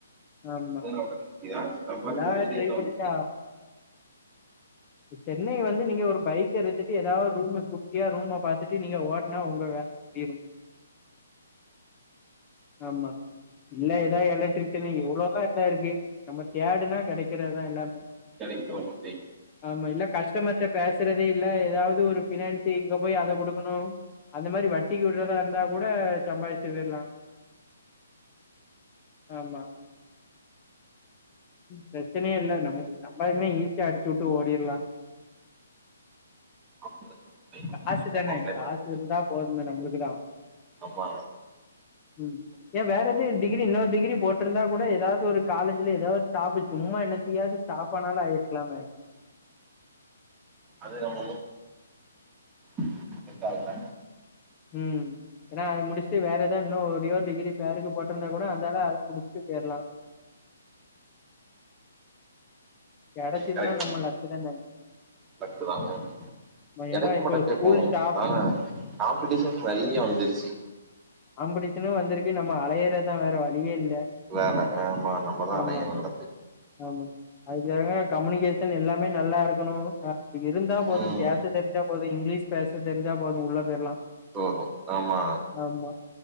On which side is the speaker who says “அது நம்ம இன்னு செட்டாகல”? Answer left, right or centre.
Right